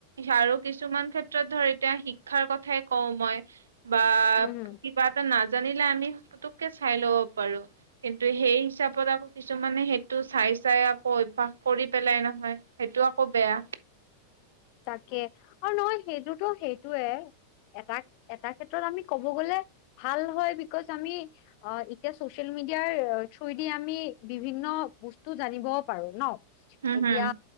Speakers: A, on the right; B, on the left.
A: আৰু কিছুমান ক্ষেত্ৰত ধৰ এতিয়া শিক্ষাৰ কথাই কওঁ মই বা
B: উম
A: কিবা এটা নাজানিলে আমি পতুককে চাই ল'ব পাৰো। কিন্তু সেই হিচাপত আকৌ কিছুমানে সেইটো চাই চাই আকৌ অভায়াস কৰি পেলাই নহয় সেইটো আকৌ বেয়া।
B: তাকে, আৰু নহয় সেইটোতো সেইটোয়ে এটা এটা ক্ষেত্ৰত আমি কব গলে ভাল হয় বিকজ আমি অ, এতিয়া চচিয়েল মিডিয়াৰ থ্ৰইদি আমি বিভিন্ন বস্তু জানিবও পাৰো ন। এতিয়া
A: হম হম